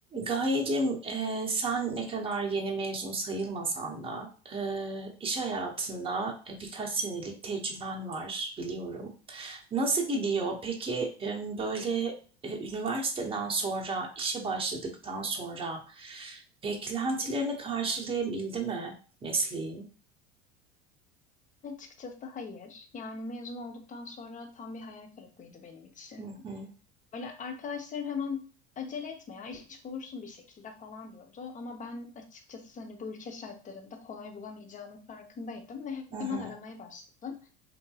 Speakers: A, on the right; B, on the left.
A: Gayecim, e, sen ne kadar yeni mezun sayılmasan da e, iş hayatında e, birkaç senelik tecrüben var biliyorum. Nasıl gidiyor? Peki e, böyle e, üniversiteden sonra işe başladıktan sonra beklentilerini karşılayabildi mi mesleğin?
B: Açıkçası hayır. Yani mezun olduktan sonra tam bir hayal kırıklığıydı benim için.
A: Hı hı,
B: Böyle arkadaşlarım hemen acele etme ya iş bulursun bir şekilde falan diyordu. Ama ben açıkçası hani bu ülke şartlarında kolay bulamayacağımın farkındaydım ve
A: hı hı,
B: hemen aramaya başladım.